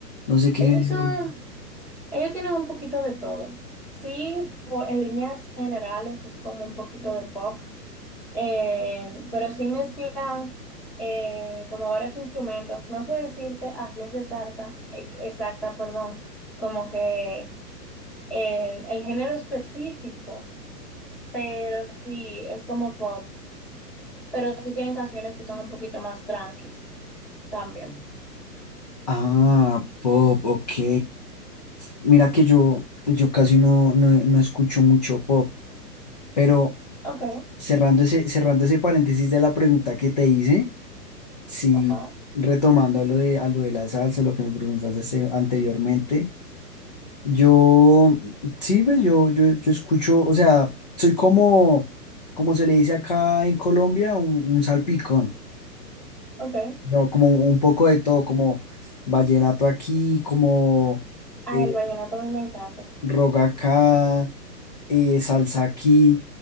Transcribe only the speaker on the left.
no sé qué
género.
de-
Ah, pop, ok. Mira que yo, yo casi no, no, no escucho mucho pop, pero
cerrando ese, cerrando ese paréntesis de la pregunta que te hice. Sí,
retomando a lo de, a lo de la salsa, lo que me preguntaste este, anteriormente, yo, sí, pues yo, yo, yo escucho, o sea, soy como, como se le dice acá en Colombia, un, un salpicón,
¿no? Como un poco de todo, como vallenato aquí, como
eh,
roga acá, eh, salsa aquí,